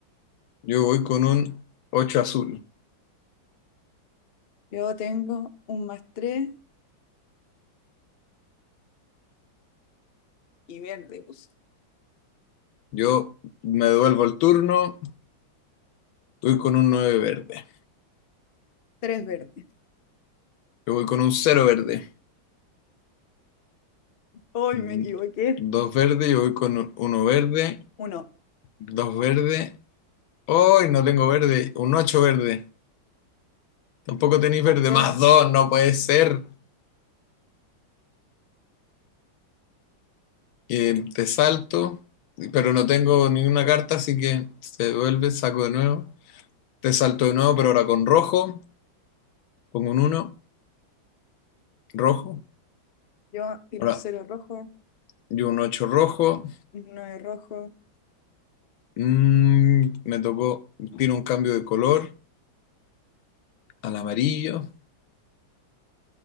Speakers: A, on the left; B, on the left.
A: Yo voy con un 8 azul.
B: Yo tengo un más 3 y verde, puse.
A: Yo me devuelvo el turno. Voy con un 9 verde.
B: 3 verde.
A: Yo voy con un cero verde.
B: Hoy
A: Mm,
B: me equivoqué.
A: Dos verde. Yo voy con un- uno verde.
B: Uno
A: Dos verde. Hoy no tengo verde, un 8 verde. Tampoco tenéis
B: más
A: verde,
B: 2.
A: más 2 no puede ser. Eh, te salto, pero no tengo ninguna carta, así que se devuelve, saco de nuevo. Te salto de nuevo, pero ahora con rojo. Pongo un uno rojo.
B: Yo tiro
A: Ahora
B: un cero rojo,
A: yo un 8 rojo.
B: un 9 rojo.
A: Mm, me tocó, tiro un cambio de color al amarillo.